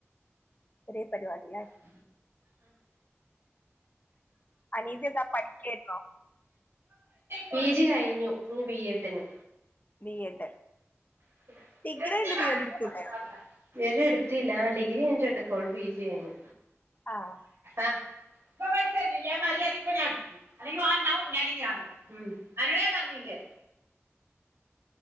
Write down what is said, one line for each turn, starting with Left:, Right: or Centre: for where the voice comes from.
Left: ചെറിയ പരിപാടിലേ
Right: <unintelligible>
Left: അനിയത്തി എന്താ പഠിക്കായിരുന്നോ
Right: പി ജി കഴിഞ്ഞു ഞ്ഞ് ബിഎഡിന്
Left: ബി എഡ്
Right: <unintelligible>
Left: ഡിഗ്രി
Right: ബി
Left: കഴിഞ്ഞിട്ട് എഡ് എടുത്തൂടെ
Right: യെഡ് എട്ത്തില്ലാ ഡിഗ്രി <unintelligible> പിജി കഴിഞ്ഞ്
Left: ആഹ്
Right: ആഹ് <unintelligible> അല്ലെങ്കില് വാണ്ട ല്ലെങ്കിഞാണ്ടാവും ഉം അങ്ങനെ ഞാപറഞ്ഞില്ലേ